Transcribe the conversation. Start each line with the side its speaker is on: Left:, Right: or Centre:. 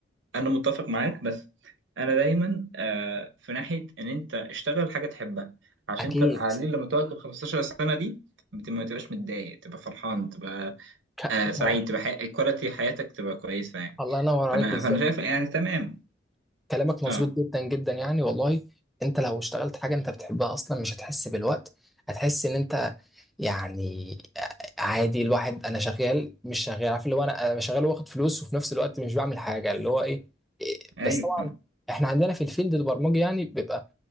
Right: أنا متفق معاك بس أنا دايما آه، في ناحية إن أنت اشتغل حاجة تحبها عشان
Centre: اكيد
Right: أنت على الأقل لما تقعد ال 15 سنة دي بت- ما تبقاش متضايق تبقى فرحان تبقى
Centre: ك...
Right: آه،
Centre: ك-
Right: سعيد تبقى حي... كواليتي حياتك تبقى كويسة يعني
Centre: الله ينور عليك
Right: فأنا
Centre: بالظبط
Right: فأنا شايف يعني تمام
Centre: كلامك مظبوط
Right: أه
Centre: جدا جدا يعني والله انت لو اشتغلت حاجه انت بتحبها اصلا مش هتحس بالوقت هتحس ان انت يعني عادي الواحد انا شغال مش شغال عارف اللي هو انا أنا شغال واخد فلوس وفي نفس الوقت مش بعمل حاجه اللي هو ايه إيه،
Right: أيوه
Centre: بس طبعا احنا عندنا في الفيلد البرمجي يعني بيبقى